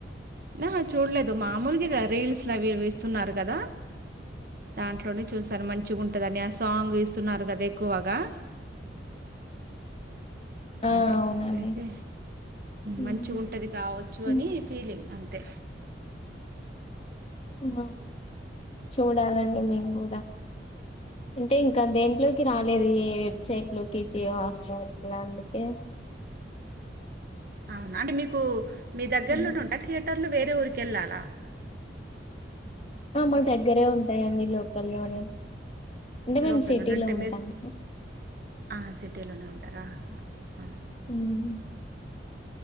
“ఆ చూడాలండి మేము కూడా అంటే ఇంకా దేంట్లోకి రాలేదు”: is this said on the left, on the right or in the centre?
Left